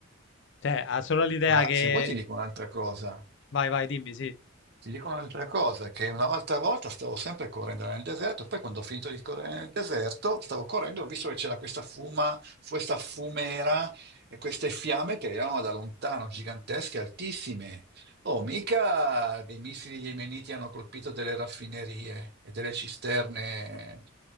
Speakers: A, on the left; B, on the right.
A: Cioè, ha solo l'idea
B: Ma
A: che...
B: se vuoi ti dico un'altra cosa.
A: Vai, vai, dimmi, sì,
B: Ti dico un'altra cosa, che una volta a volta stavo sempre correndo nel deserto, poi quando ho finito di correre nel deserto, stavo correndo, ho visto che c'era questa fuma, questa fumera e queste fiamme che erano da lontano, gigantesche, altissime. Oh, mica dei missili yemeniti hanno colpito delle raffinerie e delle cisterne.